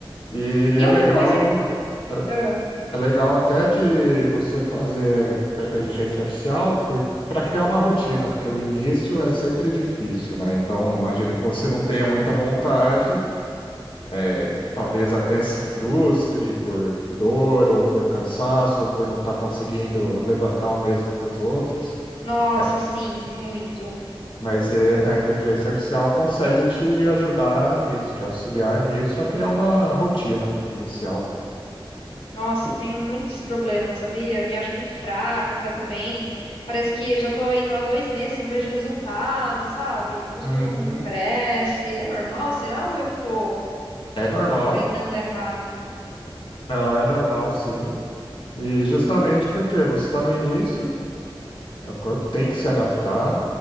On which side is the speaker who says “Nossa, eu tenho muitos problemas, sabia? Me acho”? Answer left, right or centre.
Left